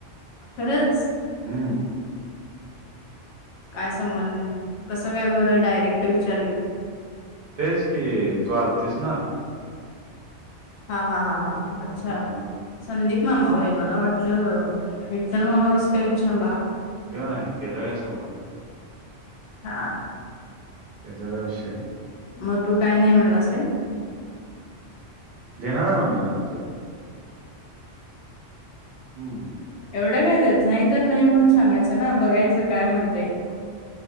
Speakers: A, on the left; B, on the right.
A: खरंचं.
B: हू
A: काय संबंध कसं काय बरं डायरेक्ट विचारली.
B: तेच की तू आलतीस ना.
A: हा हा ह
B: हम्म,
A: अच्छा,
B: म्हणून म्हणलं
A: संदीप मामा हय मला वाटलं विठ्ठल मामा कसं काय विचारला.
B: काय त्याचा काय संबंध.
A: हा,
B: त्या काय विषयनं
A: मग तू काय नाही म्हणलासं काय
B: देणार आहे म्हणलं नंतर हम्म,
A: एवढं काय काय यात नाही तर नाही म्हणून सांगायचं ना बघायचं काय म्हणते.